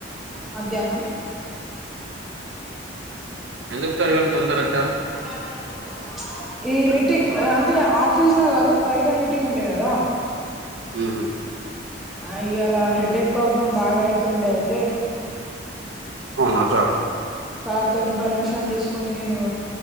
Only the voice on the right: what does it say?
ఎందుకు సార్ ఇవాళ తొందరొచ్చారు
ఊహు
అవునా సార్